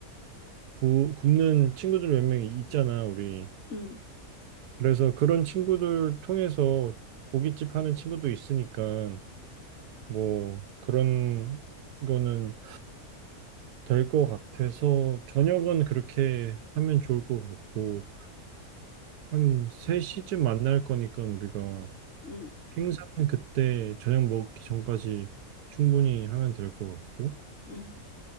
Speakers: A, on the right; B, on the left.
A: 구, 굽는 친구들 몇 명 있잖아, 우리.
B: 응.
A: 그래서 그런 친구들 통해서 고깃집 하는 친구도 있으니까 뭐 그런 거는 될 것 같아서 저녁은 그렇게 하면 좋을 것 같고 한 3시쯤 만날 거니까 우리가
B: 응, 응,
A: 행사는 그때 저녁 먹기 전까지 충분히 하면 될 것 같고
B: 응. 응.